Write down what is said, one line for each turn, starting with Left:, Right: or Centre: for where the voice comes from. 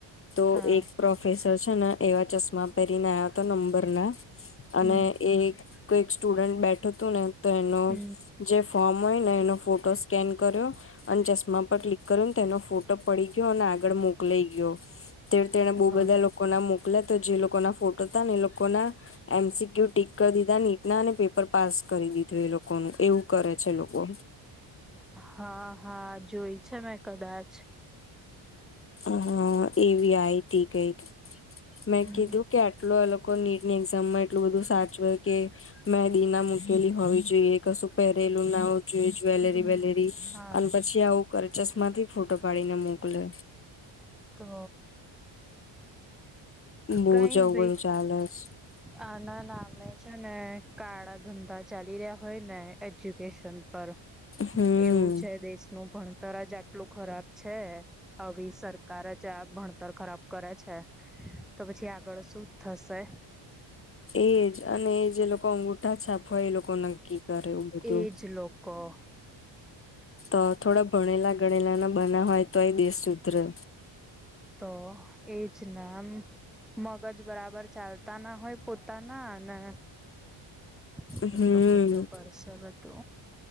Left: તો
Centre: હા
Left: એક પ્રોફેસર છે ને એવા ચશ્મા પહેરીને આવયા તો નંબર ના. અને
Centre: હમ
Left: એ કોઈ સ્ટુડન્ટ બેઠો હતું ને તો એનો
Centre: હમ
Left: જે ફોર્મ હોય ને એનો ફોટો સ્કેન કર્યો. અને ચશ્મા પર ક્લિક કરીને તેનો ફોટો પડી ગયો અને આગળ મોકલાઈ ગયો. તે તેને બહુ
Centre: હા.
Left: બધા લોકો ના મોકલ્યા તો જે લોકોના ફોટો ત ને એ લોકોના. એમસીક્યુ ટીક કરી દીધા નીટના અને પેપર પાસ કરી દીધું એ લોકોનું એવું કરે છે લોકો.
Centre: હા હા જોઈ છે મેં કદાચ.
Left: હા એવી આય તી ગઈ, મેં
Centre: હમ
Left: કીધું કે એટ એ લોકો નીટ ની એક્ઝામ માં એટલું બધું સાચવેય કે મેદી ના મૂકેલી હોવી જોઈએ કશું પહેરેલું નાવું જોઈએ જ્વેલેરી
Centre: હમ
Left: વેલેરી,
Centre: હા
Left: અને પછી ત્યા આવું કરે ચશ્માથી ફોટો પાડીને મોકલે.
Centre: તો,
Left: બહુ
Centre: કઈ
Left: જ આવું
Centre: ભાઈક
Left: બધું ચાલે
Centre: આ ના નામે છે ને કાળા ધંધા ચાલી રહ્યા હોય ને એજ્યુકેશન પર.
Left: હમ
Centre: એવું છે દેશનું ભણતર જ આટલું ખરાબ છે, આવી કરે છે આ ભણતર ખરાબ કરે છે, તો પછી આગળ શું જ થશે.
Left: એજ અને એ જે લોકો અંગુઠા છાપ હોય એ લોકો નક્કી કરે એવું બધું
Centre: એજ લોકો.
Left: તો થોડા ભણેલા ગણેલા ના બના હોય તો એ દેશ સુધરે.
Centre: તો એજ નામ મગજ બરાબર ચાલતા ના હોય પોતાના અને ખોટો
Left: હમ
Centre: ખોટો કરશવા તો.